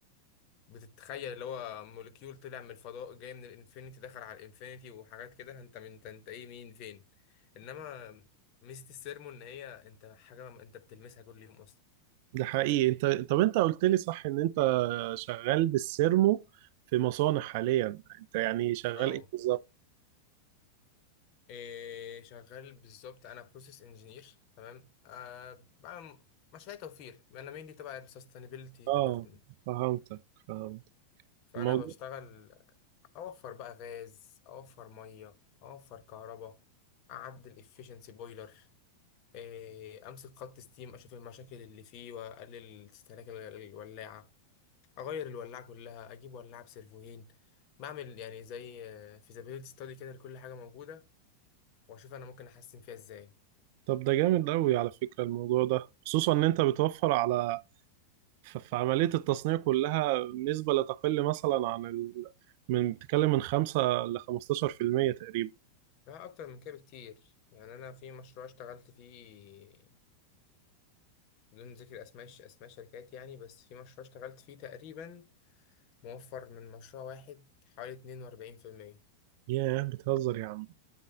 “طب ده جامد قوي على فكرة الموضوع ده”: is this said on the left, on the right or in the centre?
Right